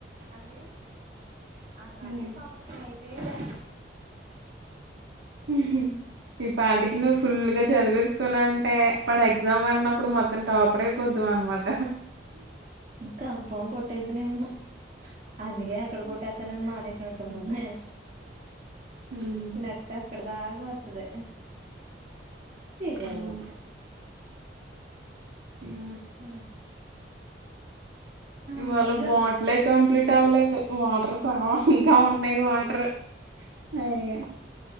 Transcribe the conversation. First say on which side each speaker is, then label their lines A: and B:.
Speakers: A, on the right (about 45°); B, on the right (about 85°).
A: అది. అన్నాకే
B: హ్మ్
A: సంవత్సరం అయిపోయింది.
B: మ్హు ఈ పాటికి నువ్ ఫుల్ గా చదివేసుకోనుంటే, వాడు ఎగ్జామ్ అన్నప్పుడు మొత్తం టాపర్ అయిపోదువు అనమాట.
A: కన్ఫర్మ్ కొట్టేద్దునేమో, అందుకే ఎక్కడ కొట్టేత్తానని మానేసినట్టున్న నే
B: హ్మ్.
A: లెక్క అక్కడ దాగ వత్తది. చే జారిపొద్ది.
B: అవును. హ్మ్.
A: మ్మ్
B: ఇవాళ
A: అందు
B: బాట్లే కంప్లీట్ ట్ అవ్వలేదు వాటర్ సగ, ఇంకా ఉన్నాయి వాటర్. అయ్య